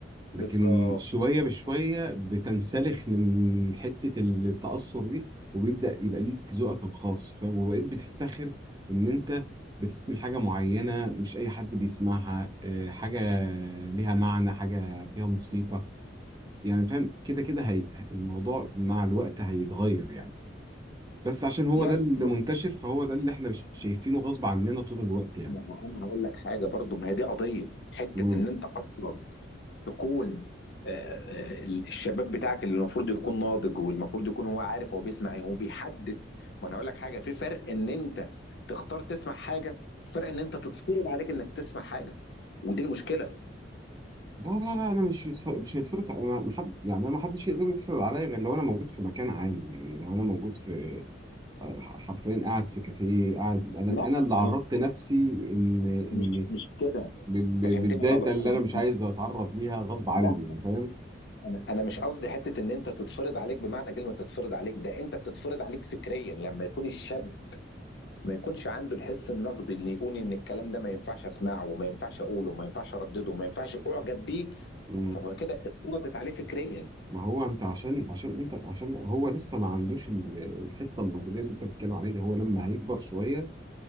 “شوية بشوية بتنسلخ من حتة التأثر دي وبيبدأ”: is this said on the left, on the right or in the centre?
Right